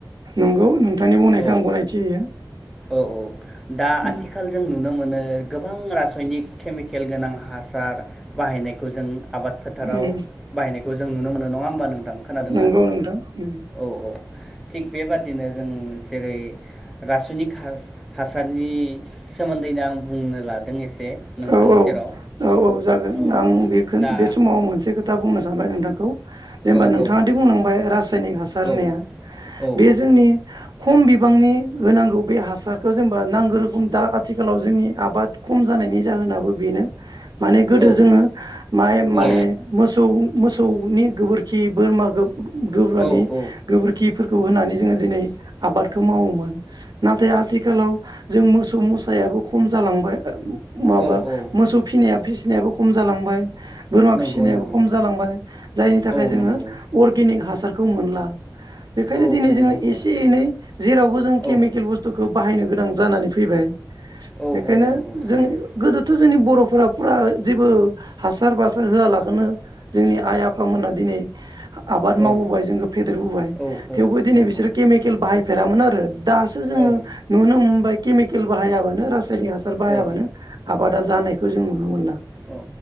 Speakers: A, on the right (about 55°); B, in the centre.
A: नंगौ नोंथांनि बुंनायखौ
B: औ
A: आं गनायथि होयो।
B: औ औ दा
A: उम
B: आथिखाल जों नुनो मोनो गोबां रासयनिक केमिकेल गोनां हासार बाहायनायखौ जों आबाद फोथाराव
A: उम
B: बाहायनाय <inaudible> जों नुनो मोनो नङा होमबा नों खोनादोंना
A: नंगौ नोंथां उम
B: औ औ। थिग बेबादिनो जों जेरै रासयनिक हास हासारनि सोमोन्दै <unintelligible> बुंनो लादों एसे नोंथांनि
A: औ औ
B: सेराव
A: औ औ जागोन
B: औ
A: आं बे
B: दा
A: बे समावं मोनसे खोथा बुंनो सानबाय नोंथां <unintelligible> जेनेबा
B: औ
A: नोंथाङादि
B: औ
A: बुंलांबाय रासायनिक हासार होननाया
B: औ औ
A: बे जोंनि खम बिबांनि होनांगौ बे हासारखौ जेनेबा नांगौ रोखोम दा आथिखालाव जोंनि आबाद खम जानायनि जाहोनाबो बेनो माने गोदो
B: औ
A: जोङो माइ माने
B: औ
A: मोसौ मोसौनि गोबोरखि बोरमा गो गोब्रानि
B: औ औ
A: गोबोरखि फोरखौ होनानै जोङो दिनै आबादखौ मावोमोन नाथाय आथिखालाव जों मोसौ मोसायाबो खम जालांबाय। <unintelligible> माबा
B: औ औ
A: मोसौ फिनाया फिस फिनायाबो खम जालांबाय बोरमा
B: नंगौ
A: फिसिनायाबो
B: नंगौ
A: खम जालांबाय जायनि थाखाय
B: औ
A: जोङो
B: नंगौ
A: अर्गेनिक हासार खौ मोनला। बेखायनो
B: औ
A: दिनै
B: औ
A: जोङो
B: नंगौ
A: एसे एनै जेरावबो जों
B: औ
A: केमिकेल बुस्थुखौ बाहायनो गोनां जानानै फैबाय।
B: औ
A: बेखायनो
B: औ नंगौ थारैनो।
A: जों गोदोथ' जोंनि बर' फोरा फुरा जेबो हासार बासार होआलाखनो जोंनि आइ आफामोना दिनै आबाद मावबोबाय
B: औ
A: जोंखौ फेदेरबोबाय
B: औ औ
A: थेवबो दिनै
B: नंगौ
A: बिसोरो केमिकेल बाहाय फेरामोन आरो। दासो जोङो
B: औ
A: नुनो मोनबाय केमिकेल बाहायाबानो हासार बाहायाबानो
B: औ
A: आबादा जानायखौ जों नुनो मोनला।
B: औ